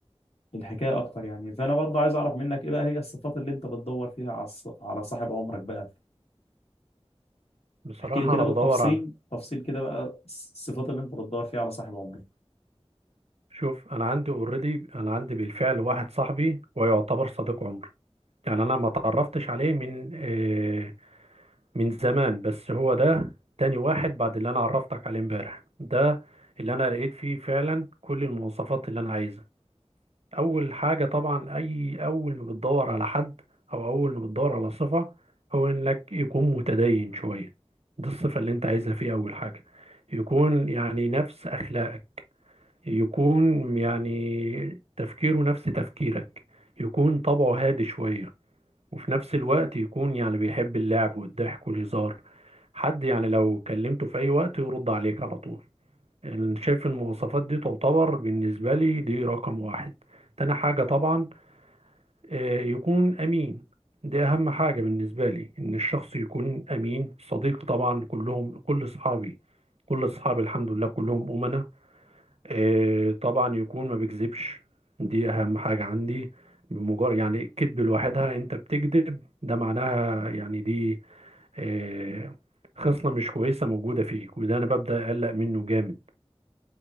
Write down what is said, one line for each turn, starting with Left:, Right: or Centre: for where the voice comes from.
Left: الحكايه اكتر يعني فانا برضه عايز اعرف منك ايه بقى هي الصفات اللي انت بتدور فيها على الص- على صاحب عمرك بقى
Right: بصراحة
Left: احكي لي كده
Right: أنا
Left: بالتفصيل
Right: بدور على
Left: تفصيل كده بقى الصفات اللي انت بتدور فيها على صاحب عمرك
Right: شوف أنا عندي أوريدي أنا عندي بالفعل واحد صاحبي ويعتبر صديق عمري يعني أنا ما تعرفتش عليه من آه من زمان بس هو ده تاني واحد بعد اللي أنا عرفتك عليه امبارح ده اللي أنا لقيت فيه فعلا كل المواصفات اللي أنا عايزها أول حاجة طبعا أي أول ما بتدور على حد أو أول ما بتدور على صفة هو إنك يكون متدين شوية دي الصفة اللي أنت عايزها فيه أول حاجة يكون يعني نفس أخلاقك يكون يعني تفكيره نفس تفكيرك يكون طبعه هادي شوية وفي نفس الوقت يكون يعني بيحب اللعب والضحك والهزار حد يعني لو كلمته في أي وقت يرد عليك على طول أنا شايف المواصفات دي تعتبر بالنسبة لي دي رقم واحد تاني حاجة طبعا آه، يكون أمين دي أهم حاجة بالنسبة لي إن الشخص يكون أمين صديق طبعا كلهم كل أصحابي كل أصحابي الحمد لله كلهم أمناء آه، طبعا يكون ما بيكذبش دي اهم حاجة عندي بمجرد يعني الكذب لوحدها انت بتكذب ده معناها يعني دي آه، خصلة مش كويسة موجودة فيك وده انا ببدأ اقلق منه جامد